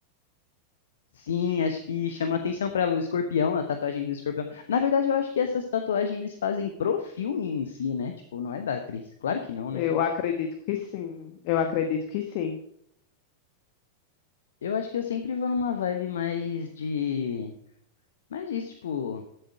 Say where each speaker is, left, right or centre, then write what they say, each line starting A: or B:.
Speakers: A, on the left; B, on the left.
A: Sim, acho que chama atenção pra ela o escorpião, a tatuagem do escorpião. Na verdade, eu acho que essas tatuagens eles fazem pro filme em si, né? Tipo, não é da atriz. Claro que não,
B: Eu
A: né?
B: acredito que sim. Eu acredito que sim.
A: Eu acho que eu sempre vou numa vibe mais de. Mais disso, tipo,